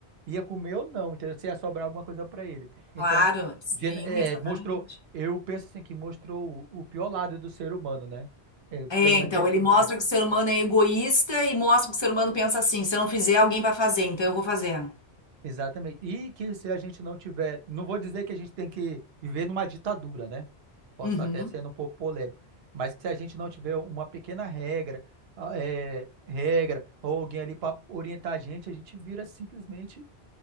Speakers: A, on the right (about 70°); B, on the left (about 30°).
A: ia comer ou não, entendeu? Se ia sobrar alguma coisa para ele. Então,
B: Claro, sim,
A: gen- é,
B: exatamente.
A: mostrou, eu penso assim, que mostrou o, o pior lado do ser humano, né? É, pelo
B: É,
A: menos
B: então,
A: esse
B: ele mostra
A: filme.
B: que o ser humano é egoísta e mostra que o ser humano pensa assim: se eu não fizer, alguém vai fazer, então eu vou fazer.
A: Exatamente. E que se a gente não tiver, não vou dizer que a gente tem que viver numa ditadura, né? Posso
B: Uhum.
A: até ser um pouco polêmico, mas que se a gente não tiver uma pequena regra, ah, é, regra ou alguém ali para orientar a gente, a gente vira simplesmente